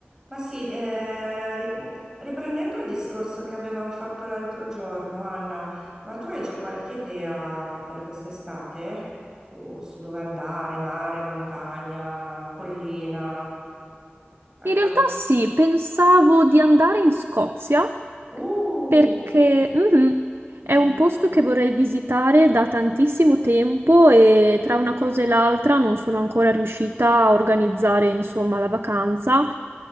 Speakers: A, on the right; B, on the right.
A: Ma sì, eh, ri- riprendendo il discorso che avevamo fatto l'altro giorno, Anna, ma tu hai già qualche idea per quest'estate? Su, su dove andare, mare, montagna, collina? Hai
B: In
A: qualche...
B: realtà sì, pensavo di andare in Scozia
A: Uh,
B: perché mhm, è
A: bella.
B: un posto che vorrei visitare da tantissimo tempo e tra una cosa e l'altra non sono ancora riuscita a organizzare, insomma, la vacanza.